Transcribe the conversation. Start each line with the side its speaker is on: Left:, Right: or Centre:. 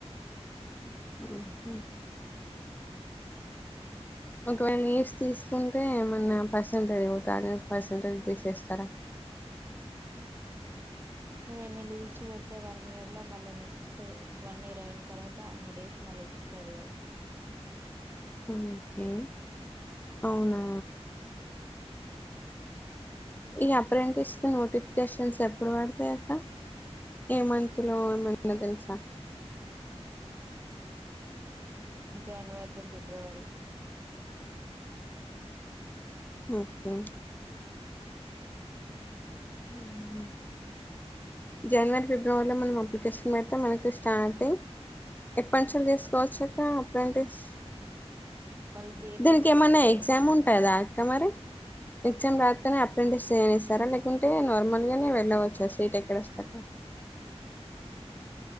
Left: హ్మ్మ్ ఒకవేళ లీవ్స్ తీసుకుంటే ఏమన్నా పర్సంటేజ్ పోతాదా అటెండెన్స్ పర్సంటేజ్ తీసేస్తారా
Right: నువ్వ ఎన్ని లీవ్స్ పెడితే వన్ ఇయర్ లో మళ్ళ నెక్స్ట్ వన్ ఇయర్ అయిన తర్వాత అన్ని డేస్ మళ్ళ ఎక్సైజ్
Left: ఓకే అవునా ఈ అప్రెంటిస్
Right: వస్తుంది
Left: కి నోటిఫికేషన్ తెలుసా ఎప్పుడు పడతాయి అక్క ఈ మంత్ లో ఏమైన్నా తెలుసా
Right: జనవరి టు ఫిబ్రవరి
Left: ఓకే హ జనవరి ఫిబ్రవరిలో మనం అప్లికేషన్ పెడితే మనకి స్టార్టింగ్ ఎప్పటినుంచి చేసుకోవచ్చు అక్క అప్రిటెస్
Right: వాళ్ళు డేట్
Left: దీనికి
Right: చెప్తారు
Left: ఏమన్నా
Right: ఆ
Left: ఎగ్జామ్
Right: డేట్
Left: ఉంటదా అక్క మరి ఎక్జామ్ రాస్తేనే అప్రెంటేస్ చేయనేస్తారా లేకుంటే నార్మల్ గానే వెళ్ళవచ్చా సీట్ ఎక్కడ వస్త చెప్పు